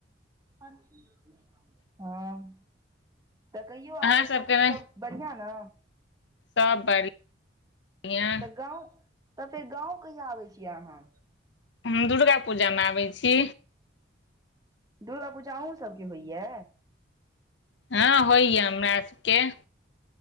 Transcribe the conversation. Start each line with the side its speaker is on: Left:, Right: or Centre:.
Right: <inaudible> हँ <inaudible> तऽ कहियौ
Left: अहाँ
Right: आउ
Left: सभके
Right: सब सब बढ़आं न
Left: सब बड़ि <inaudible> या
Right: तऽ गाँव तऽ फेर गाँव कहिया आबै छी अहाँ
Left: हम दुर्गा पूजामे आबै छी।
Right: दुर्गा पूजा अहुँ सब केँ होइया।
Left: हँ होइय हमरा सब केँ